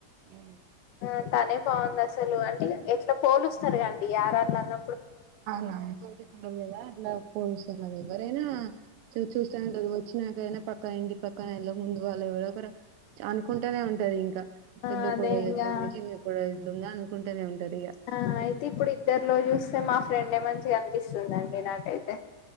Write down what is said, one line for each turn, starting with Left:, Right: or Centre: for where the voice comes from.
Right: అ
Left: ఆ తనే బాగుంది అసలు అంటే ఎట్లా పోలుస్తారు కండి ఎరళ్ళ అన్న
Right: న కద అ పోస్ది అంతేనా చు చూస్తా ఇచ్చినకైనా పక్క ఇంటి పక్కనలో ముందు వాళ్ళు ఎవరో ఒకరు అనుకుంటూనే ఉంటారు. ఇంకా
Left: ఆ
Right: పెద్ద
Left: అదే
Right: కూడలు
Left: ఇంగా
Right: ఇట్లు ఉంది, చిన్న కూడలు ఇట్లుంది అకు కుంటనే ఉంటది
Left: ఆ అయితే ఇప్పుడు ఇద్దరులో చూస్తే మా ఫ్రెండడ్ మంచిగా కనిపిస్తుందండి నాకైతే